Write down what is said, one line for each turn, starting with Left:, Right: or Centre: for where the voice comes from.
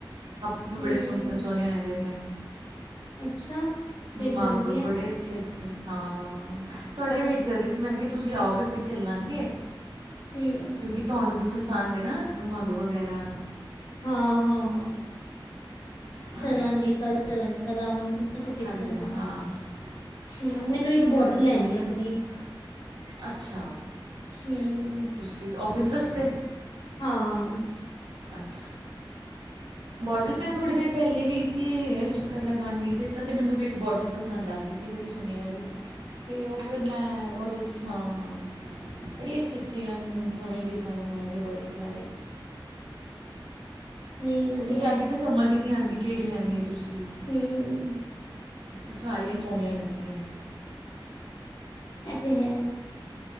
Right: ਵੀ
Left: ਹੂੰ,
Right: ਬੜੇ ਸੋਹਣੇ ਸੋਹਣੇ ਆਏ ਦੇ ਨੇ
Left: ਅੱਛਾ। ਫਿਰ
Right: ਮੱਗ
Left: ਤੇ ਵਧੀਆ,
Right: ਬੜੇ ਅੱਛੇ ਅੱਛ ਆ, ਮੈਂ ਕਿਹਾ ਤੁਹਾਡਾ ਵੇਟ ਕਰ ਰਹੀ ਸੀ ਮੈਂ ਕਿਹਾ ਤੁਸੀਂ ਆਓਗੇ ਫਿਰ ਚਲਾਂਗੇ।
Left: ਹੂੰ।
Right: ਕਿਉਂਕਿ ਤੁਹਾਨੂੰ ਵੀ ਪਸੰਦ ਹੈ ਨਾ ਮੱਗ ਵਗੈਰਾ
Left: ਹਾਂ, ਹਾਂ,
Right: ਹਾਂ,
Left: ਚੱਲਾਂਗੇ ਕੱਲ੍ਹ ਚਲਾਂਗੇ ਕੱਲ੍ਹ ਆਵਾਂਗੀ।
Right: ਕੱਲ੍ਹ ਚੱਲ
Left: ਹੂੰ,
Right: ਹਾਂ, ਹਾਂ
Left: ਮੈਨੂੰ ਇੱਕ ਬੋਟਲ
Right: ਕੱਲ੍ਹ ਚੱਲ
Left: ਲੈਣੀ ਆ
Right: ਕੇ
Left: ਆਪਣੀ।
Right: ਅੱਛਾ,
Left: ਹੂੰ,
Right: ਤੁਸੀਂ ਔਫਿਸ ਵਾਸਤੇ
Left: ਹਾਂ।
Right: ਅੱਛ ਬੋਟਲ ਮੈਂ ਥੋੜ੍ਹੀ ਦੇਰ ਪਹਿਲੇ ਗਈ ਸੀ ਚੱਕਰ ਲਗਾਉਣ ਗਈ ਸੀ ਇਸ ਤੇ ਮੈਨੂੰ ਵੀ ਇੱਕ ਬੋਟਲ ਪਸੰਦ ਆ ਗਈ ਇਸ ਸੀ ਬੜੀ ਸੋਹਣੀ ਉਹ ਵੀ।
Left: <inaudible>
Right: ਅਤੇ ਉਹ ਫਿਰ ਮੈਂ ਉਹਦੇ ਹਾਂ, ਹਾਂ, ਬੜੀ ਅੱਛੇ ਅੱਛੇ ਨਵੇਂ ਡਿਜ਼ਾਇਨ ਆਏ ਦੇ ਬੜੇ ਪਿਆਰੇ।
Left: ਨਈ ਵਧੀਆ,
Right: ਉੱਥੇ ਜਾ ਕੇ ਤੇ ਸਮਝ ਹੀ ਨਹੀਂ ਆਉਂਦੀ ਕਿਹੜੀ ਲੈਣੀ ਹੈ ਤੁਸੀਂ।
Left: ਹੂੰ।
Right: ਸਾਰੀਆਂ ਸੋਹਣੀਆਂ ਲੱਗਦੀਆਂ ਹੈ।
Left: ਇਹ ਤੇ ਹੈ।